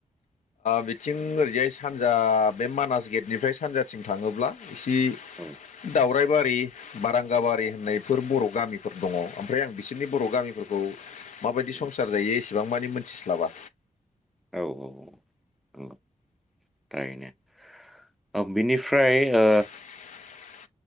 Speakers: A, on the left; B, in the centre.
A: बिथिं ओरैजाय सानजा बे मानास गेटनिफ्राय सानजाथिं थाङोब्ला एसे
B: औ
A: दावराय बारि बारांगाबारि होननायफोर बर' गामिफोर दङ ओमफ्राय आं बिसोरनि बर' गामिफोरखौ माबायदि
B: उम
A: संसार जायो एसेबां मानि मोनथिस्लाबा
B: औ औ औ नायैनो बिनिफ्राय ओ
A: <inaudible>